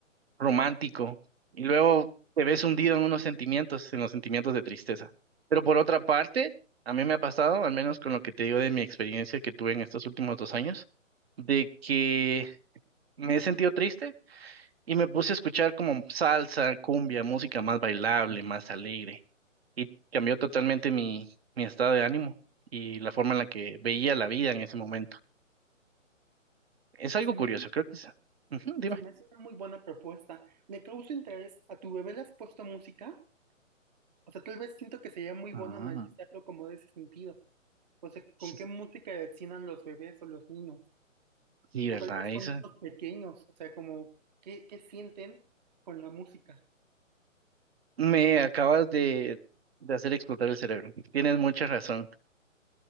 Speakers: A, on the right; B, on the right.
A: romántico, y luego te ves hundido en unos sentimientos, en los sentimientos de tristeza. Pero por otra parte, a mí me ha pasado, al menos con lo que te digo de mi experiencia que tuve en estos últimos dos años, de que me he sentido triste y me puse a escuchar como salsa, cumbia, música más bailable, más alegre. Y cambió totalmente mi, mi estado de ánimo y la forma en la que veía la vida en ese momento. Es algo
B: Se
A: curioso,
B: me hace,
A: creo que es. Ujú, dime.
B: se me hace una muy buena propuesta. Me causa interés. ¿A tu bebé le has puesto música? O sea, tal vez siento que sería muy
A: Ah,
B: bueno analizarlo como de ese sentido. O sea,
A: Sí,
B: ¿con qué música destinan los bebés o los niños?
A: sí, ¿verdad,
B: O tal vez
A: Isa?
B: con niños pequeños, o sea, como, ¿qué, qué sienten con la música?
A: Me acabas de, de hacer explotar el cerebro. Tienes mucha razón.